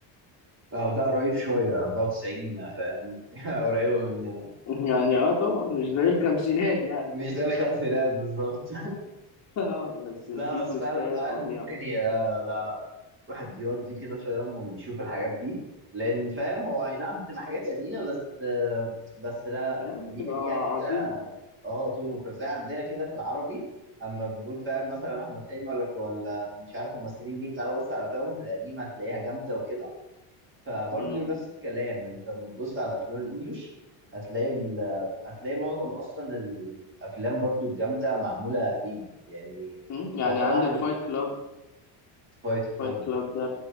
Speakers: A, on the right; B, on the left.
A: اه ده قريب شويه يعني 94 فاهم <laughs> قريبه مننا
B: <laughs> يعني اه طبعا مش زي الخمسينات يعني
A: مش ده الخمسينات بالظبط
B: <laughs> اه بس
A: لا
B: في
A: بس
B: تويستاية
A: فعلا الواحد
B: فظيعة
A: ممكن ي... لا لا واحد يودي كده فاهم ويشوف الحاجات دي لان فاهم هو اي نعم بتبقى حاجات قديمه بس بس لا لا
B: لا
A: ليها
B: بتبقى
A: ليها كده
B: عظيمة
A: اه تون وكده زي عندنا كده في العربي اما بنقول فاهم مثلا احمد حلمي ولا ولا مش عارف ممثلين مين تعالى بص على افلامهم القديمه هتلاقيها جامده وكده فبرضه
B: مم.
A: نفس الكلام انت لما تبص على افلام الانجليش هتلاقي ال... هتلاقي معظم اصلا الافلام برضه الجامده معموله قديم يعني
B: مم. يعني
A: او طبعا
B: عندك فايت كلاب
A: فايت كلاب
B: فايت كلاب ده